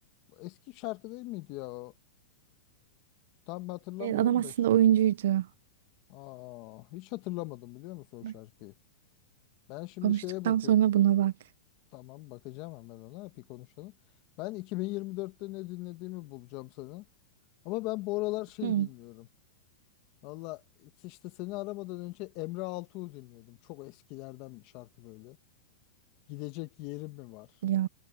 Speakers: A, on the left; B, on the right.
A: eski şarkı değil miydi ya o? Tam hatırlamıyorum
B: Evet, adam aslında
A: da.
B: oyuncuydu.
A: Aa, hiç hatırlamadım biliyor musun o şarkıyı?
B: Bak,
A: Ben şimdi
B: konuştuktan
A: şeye bakıyorum.
B: sonra buna bak.
A: Tamam bakacağım hemen ona bir konuşalım. Ben 2024'te ne dinlediğimi bulacağım sana. Ama ben bu aralar şey
B: Hı.
A: dinliyorum. Valla işte seni aramadan önce Emre Altuğ'u dinliyordum. Çok eskilerden bir şarkı böyle. Gidecek yerim mi var?
B: Ya